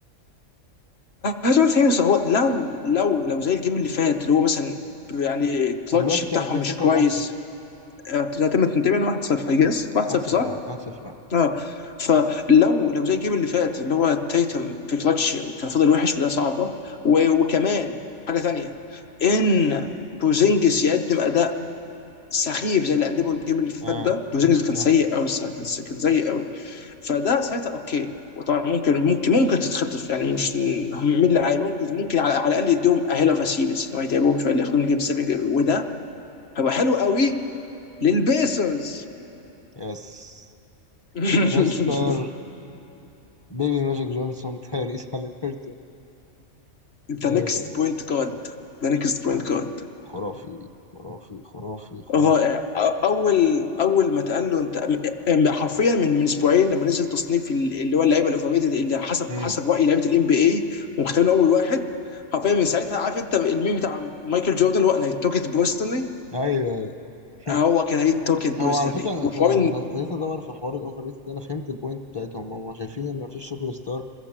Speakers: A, on the left (about 55°); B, on the left (about 25°).
A: هجوم ثاني هو لو لو لو زي الجيم اللي فات اللي هو مثلا يعني الكلتش
B: هو دلوقتي
A: بتاعهم
B: كام 2-0
A: مش كويس
B: ولا 1-0؟
A: هتم تنتهي 1-0 I guess 1-0
B: 1-0
A: صح؟
B: اه 1-0 اه
A: اه فلو لو زي الجيم اللي فات اللي هو تايتم في كلتش كان فضل وحش وده صعبه و- وكمان حاجه تانية ان بوزينجس يقدم اداء سخيف زي اللي قدمه الجيم اللي فات
B: اه
A: ده بوزينجس
B: زينكس كان
A: كان سيء
B: وحش برضه
A: قوي الصراحه كان س- كان سيء
B: يس
A: قوي فده ساعتها اوكي وطبعا ممكن ممكن ممكن تتخطف يعني مش هم- مين اللي عايز ممكن ممكن على, على الاقل يديهم اهيلا فاسيبس ان هو يتعبهم شويه اللي ياخدوهم جيم 7 وده هيبقى حلو قوي للبيسرز
B: يس
A: <laughs>
B: مستر بيبي ماجيك جونسون تايريس هاليبرتون
A: ذا
B: يا
A: نيكست
B: لا
A: بوينت جارد ذا نيكست بوينت جارد
B: خرافي خرافي خرافي خرافي
A: رائع أ- اول اول ما اتقال له انت أم- أم- حرفيا من من اسبوعين لما نزل تصنيف ال- اللي هو اللعيبه الاوفر ريتد اللي حسب
B: امم
A: حسب راي لعيبه الام بي اي ومختارين اول واحد حرفيا من ساعتها عارف انت الميم بتاع مايكل جوردن اللي هو انا توك ات بيرسونالي
B: ايوه ايوه <laughs>
A: هو كده هي توك ات بيرسونالي
B: هو على فكره
A: وحوار
B: انا يعني انا ابتديت ادور في حوار الاوفر ريتد ده انا فهمت البوينت بتاعتهم هم شايفين ان مفيش سوبر ستار